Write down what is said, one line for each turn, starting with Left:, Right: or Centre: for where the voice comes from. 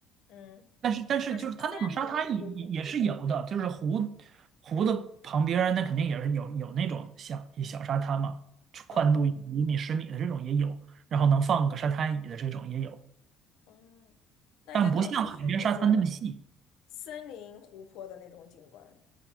Left: 嗯，
Right: 但是但是就是它那种沙滩也也也是有的，
Left: 那就是森林湖泊，
Right: 就是湖湖的旁边儿那肯定也是有有那种小小沙滩嘛，宽度一米十米的这种也有，
Left: 嗯
Right: 然后能放个沙滩椅的这种也有，
Left: 嗯，那就等于是那种
Right: 但不像海边沙滩那么细
Left: 森林湖泊的那种景观。